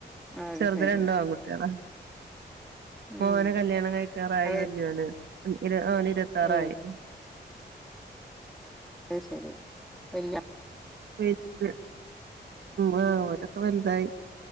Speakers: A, in the centre; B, on the right (about 70°).
A: അത്
B: ചെറുത്
A: ശരി
B: രണ്ട് ആൺകുട്ടികളാ-
A: ഉം
B: മോന് കല്യാണം കഴിക്കാറായി
A: അതെ
B: വല്യൊന് ഇര് വന് ഇരുപത്താറായി-
A: ഏഹ് അത് ശരി വല്ലി-
B: മ് ഹ് ആഹ് അവരൊക്കെ വലുതായി-